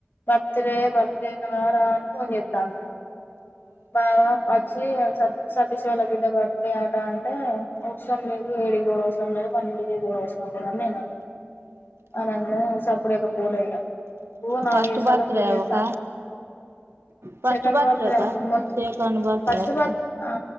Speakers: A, on the left (about 55°); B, on the right (about 80°).
A: బర్త్డే బర్త్డే రా రా అని ఫోన్ చెత్తంది. బావ వచ్చి సరుకు సతీష్ వాళ్ళ బిడ్డ బర్త్డే అట అంటే అవసరం లేదు నువ్వు ఏడికి పోవుడు అవసరం లేదు వాళ్ళింటి కే పోవుడు అవసరం లేదు అని నేను అన్న అనంగనే సప్పుడిక పోలేఇక ఓ నాలుగు
B: ఫస్ట్
A: ఐదుసార్లు
B: బర్త్డే
A: ఫోన్ చెత్తండు
B: ఒక first
A: second
B: birthday
A: birth day
B: కా
A: అప్పుడు మొన్న
B: సెకండ్ బర్త్డే
A: ఫస్ట్
B: కా
A: బర్త్ ఆ